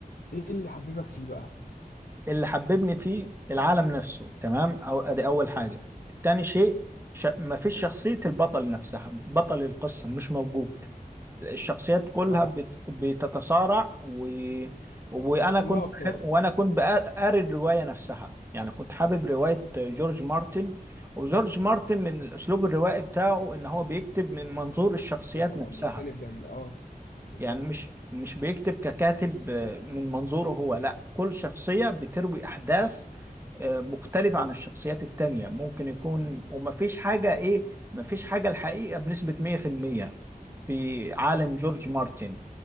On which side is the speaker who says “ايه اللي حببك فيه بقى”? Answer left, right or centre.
Left